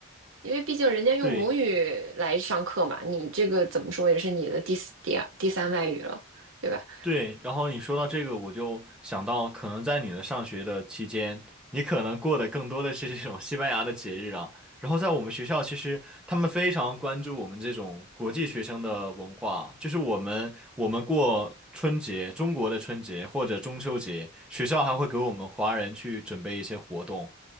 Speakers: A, on the right; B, in the centre.
A: 因为毕竟人家用母语来上课嘛，
B: 对。
A: 你这个怎么说也是你的第四、第二、第三外语了，对吧？
B: 对，然后你说到这个，我就想到，可能在你的上学的期间，你可能过的更多的是这种西班牙的节日啊。然后在我们学校，其实他们非常关注我们这种国际学生的文化，就是我们我们过春节，中国的春节或者中秋节，学校还会给我们华人去准备一些活动。